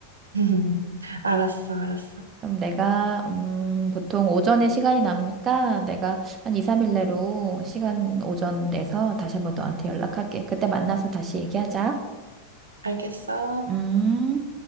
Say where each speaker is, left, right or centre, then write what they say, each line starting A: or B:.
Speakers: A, on the right (about 75°); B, on the right (about 25°).
A: <laughs> 알았어, 알았어.
B: 그럼 내가, 음, 보통 오전에 시간이 남으니까 내가 한 2, 3일 내로 시간 오전 내서 다시 한번 너한테 연락할게. 그때 만나서 다시 얘기하자.
A: 알겠어.
B: 음.